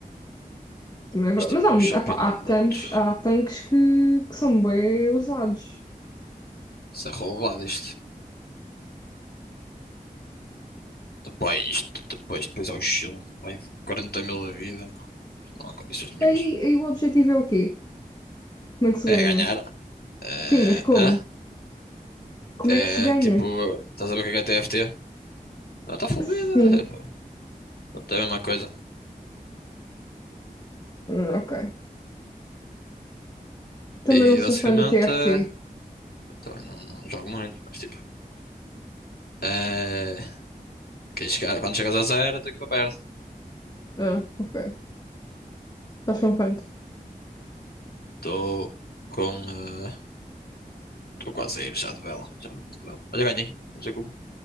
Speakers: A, on the left; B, on the left.
A: Também é verdade.
B: Mas tipo,
A: Mas há,
B: é
A: muito,
B: um champion
A: ah pá, há, tanques,
B: muito
A: há tanques que, que são bem usados.
B: se roubado isto. Depois isto, depois, depois ao shield, vai 40 mil da vida, não. Não há condições nenhumas.
A: Aí, aí o objetivo é o quê? Como é que se
B: É
A: ganha?
B: ganhar. É,
A: Sim, mas como? Como
B: é,
A: é que se ganha?
B: é tipo, estás a ver o que é que é TFT? Ah, está full
A: Sim.
B: vida. É, pá. Portanto, é a mesma coisa.
A: Ah, ok. Também
B: E
A: não sou
B: basicamente,
A: fã do TFT.
B: eh, também não, não jogo muito, mas tipo, eh, quem chegar, quando chegas a zero, tem que ir para perto.
A: Ah, ok. Estás com quanto?
B: Estou com. eh, Estou quase a ir já de vela. Já vou de vela. Olha, ganhei. Não sei como.